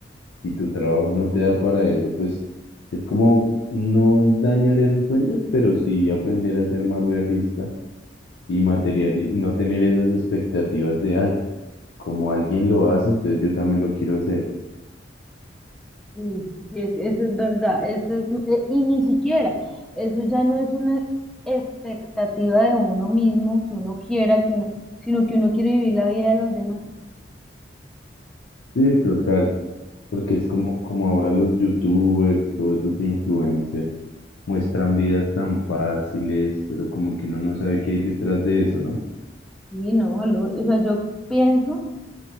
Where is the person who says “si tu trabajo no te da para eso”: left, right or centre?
Left